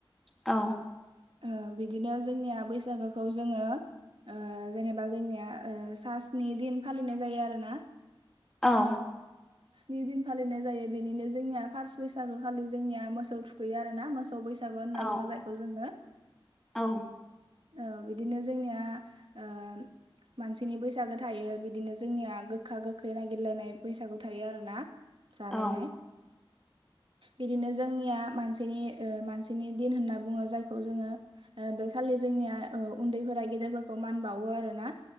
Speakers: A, in the centre; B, on the right (about 70°).
A: औ
B: ओ बिदिनो जोंनिया बैसागोखौ जोङो ओ जेनेबा जोंनिया ओ सासनि दिन फालिनाय जायो आरोना
A: औ
B: स्नि दिन फालिनाय जायो बेनिनो जोंनिया फार्स बैसागो खालि जोंनिया मोसौ थुखैयो आरोना मोसौ बैसागो होनना
A: औ
B: बुङो जायखौ जोङो
A: औ
B: ओ बिदिनो जोंनिया ओ मानसिनि बैसागो थायो बिदिनो जोंनिया गोखा गोखै नागिरलायनाय बैसागु थायो आरो ना जालायनाय
A: औ
B: बिदिनो जोंनिया मानसिनि ओ मानसिनि दिन होनना बुङो जायखौ जोङो ओ बेखालि जोंनिया ओ उन्दैफोरा गेदेरफोरखौ मान बावो आरोना